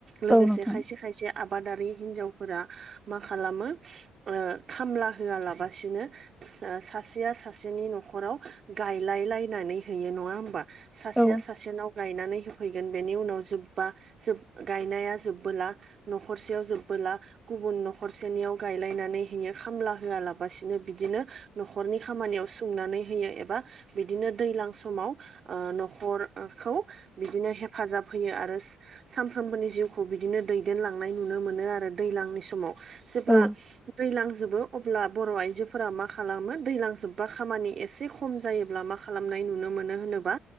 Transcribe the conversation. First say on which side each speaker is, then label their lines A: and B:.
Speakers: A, on the right; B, in the centre.
A: लोगोसे
B: औ नोंथां
A: खायसे खायसे आबादारि हिन्जाव फोरा मा खालामो ओ खामला होआलाबसिनो सासेया सासेनि न'खराव गायलाय लायनानै होयो नङा होनबा सासेया
B: औ
A: सासेनाव गायनानै होफैगोन बेनि उनाव जोबबा जोब गायनाया जोबबोला न'खरसेयाव जोब ब्ला गुबुन न'सेनि गायलायनानै खामब्ला होआलासिनो बिदिनो न‌'खरनि खामानियाव सुंनानै होयो बा बिदिनो दैजां समाव न'खरखौ बिदिनो हेफाजाब होयो आरो सा सानफ्रोमबोनि जिउखौ बिदिनो दैदेनलांनाय नुनो मोनो आरो दैज्लांनि समाव जेब्ला
B: औ
A: दैलांजोबो अब्ला बर' आइजोफोरा मा खालामो दैलां जोबबा खामानि एसे खम जायोब्ला मा खालामनाय नुनो मोनो होनोबा